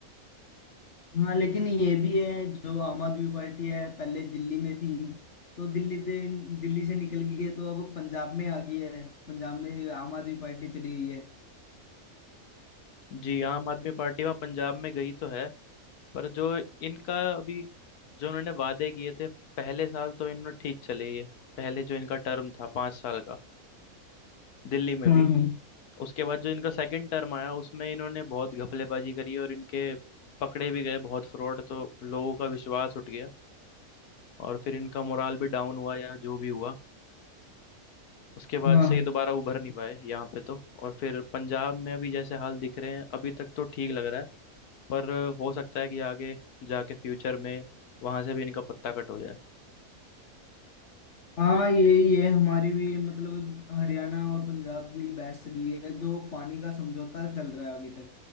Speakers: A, on the left; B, on the left.
A: हाँ लेकिन ये भी है जो आम आदमी पार्टी है पहले दिल्ली में थी तो दिल्ली से दिल्ली से निकल गई है तो अब पंजाब में आ गई है पंजाब में आम आदमी पार्टी चली गई है
B: जी आम आदमी पार्टी वहाँ पंजाब में गई तो है पर जो इनका अभी जो इन्होंने वादे किए थे पहले साल तो इन्होंने ठीक चले ये पहले जो इनका टर्म था पाँच साल का दिल्ली में
A: हम्म
B: भी उसके बाद जो इनका सेकंड टर्म आया उसमें इन्होंने बहुत घपलेबाजी करी और इनके पकड़े भी गए बहुत फ्रॉड तो लोगों का विश्वास उठ गया और फिर इनका मोराल भी डाउन हुआ या जो भी हुआ उसके बाद
A: हाँ
B: से ये दोबारा उभर नहीं पाए यहाँ पे तो और फिर पंजाब में अभी जैसे हाल दिख रहे हैं अभी तक तो ठीक लग रहा है पर हो सकता है कि आगे जाके फ्यूचर में वहां से भी इनका पत्ता कट हो जाए
A: हाँ यही है हमारी भी मतलब हरियाणा और पंजाब की बहस चली हुई है जो पानी का समझौता चल रहा है अभी तक